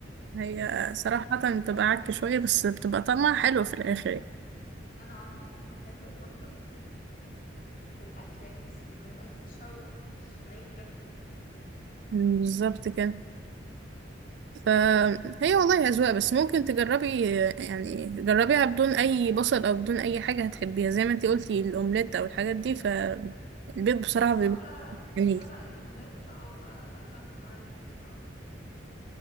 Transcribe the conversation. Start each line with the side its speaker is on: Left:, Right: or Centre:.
Right: هي صراحة بتبقى عكة شوية بس بتبقى طعمها حلو في الآخر يعني.
Left: انا عموما بحب البصل في ال- في الاكل يعني بس انه يبقى متشوح مش عجة
Right: بالظبط كده فهي والله أذواق بس ممكن تجربي يعني جربيها بدون أي بصل أو بدون أي حاجة هتحبيها زي ما انت قلتي الأومليت أو الحاجات دي فالبيض بصراحة بيبقى
Left: اه لا
Right: جميل
Left: لا لا الاومليت اه بقى لا باكله عادي بصراحة